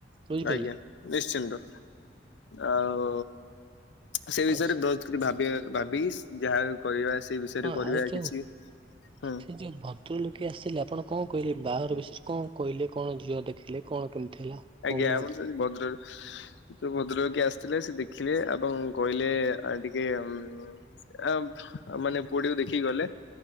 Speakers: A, on the right; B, on the left.
A: ବୁଝିପାରିଲେ
B: ଆଜ୍ଞା ନିଶ୍ଚିନ୍ତ ଆଉ ସେ ବିଷୟରେ
A: ଆଉ
B: ବୋହୁତ କିଛି ଭାବିବାକୁ ଭାବିଶ୍ ଯାହା ବି କରିବା। ସେଇ ବିଷୟରେ
A: ହଁ
B: କରିବା
A: ଆଉ ଯୋଉ
B: କିଛି ହଁ
A: ସେ ଯୋଉ ଭଦ୍ର ଲୋକ ଟି ଆସିଲେ ଆପଣ କଁ କହିଲେ ବାହାଘର ବିଷୟରେ କଁ କହିଲେ କଁ ଝିଅ ଦେଖିଲେ କଣ। କେମିତି ହେଲା? କହୁନାହାନ୍ତି
B: ଆଜ୍ଞା ଆମର ଯଦି ଭଦ୍ରରେ ଯୋଉ ଭଦ୍ରବ୍ୟକ୍ତି ଆସିଥିଲେ ସେ ଦେ ଦେଖିଲେ ଏବଂ କହିଲେ ଆ ଟିକେ ଏବ୍ ମାନେ ପୁଅ ଟିକୁ ଦେଖିକି ଗଲେ।